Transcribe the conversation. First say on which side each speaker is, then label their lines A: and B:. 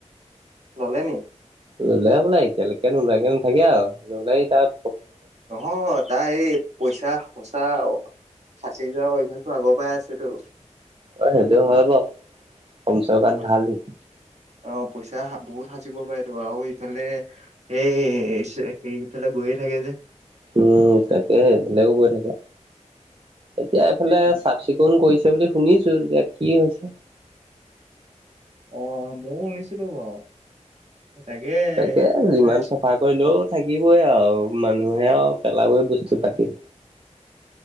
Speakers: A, on the right; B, on the right.
A: ল'লে নি?
B: ল'লে হ'বলা, এতিয়ালৈকে নোলোৱাকে নাথাকে আৰু। নাহলে এই তাপ
A: নহয় তাই এই পইচা সচা সাচি যোৱাৰ অভ্যাসটো আগৰ পাই আছেটো।
B: অ, সেইটো হয় বু কমচৌকাত
A: পইচা
B: ভালহি
A: অ পইচা বহুত সাচিব পাৰে তো আৰু ইফালে সেই সে ইফালে গৈয়ে থাকে যে।
B: উম, তাকে বেলেগো কৈ থাকে। এতিয়া এইফালে
A: এই তেন
B: চাফ চিকুণ কৰিছে বুলি শুনিছো এতিয়া কি হৈছে।
A: অ, ময়ও শুনিছিলো বাৰু। তাকে
B: তাকে
A: সেইফালে
B: যিমান চফা কৰিলেও থাকিবই আৰু। মানুহে আৰু পেলাবৈ বস্তু পাতি।